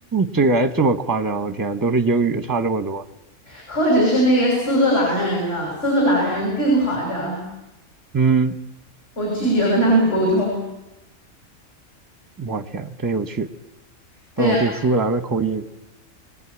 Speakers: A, on the right; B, on the left.
A: 这个还这么夸张，我天，都是英语，差这么多。
B: 或者是那个苏格兰人呢？苏格兰人更夸张，
A: 嗯，
B: 我拒绝跟他们沟通。
A: 我天，真有趣。
B: 对呀，
A: 哦，对，苏格兰的口音，